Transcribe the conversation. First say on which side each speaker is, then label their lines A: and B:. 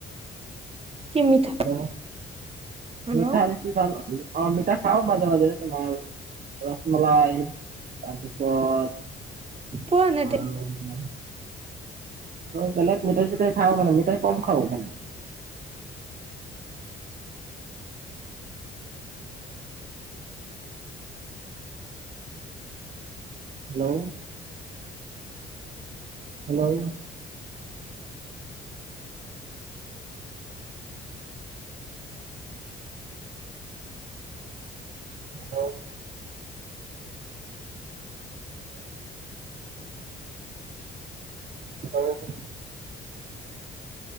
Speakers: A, on the right (about 30°); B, on the right (about 45°).
A: কি মিঠা
B: অ'!
A: ভাল
B: মিঠা বেছি ভাল, অ'! মিঠা খাওঁ মাজে, মাজে। তোমাৰ ৰছমলাই, তাৰপিছত
A: পোৱা নে
B: আৰু আৰু বেলেগ মিঠাই, চিঠাই খাওঁ। মানে, মিঠাই কম খাওঁ মানে। হেল্ল'? Hello hello hello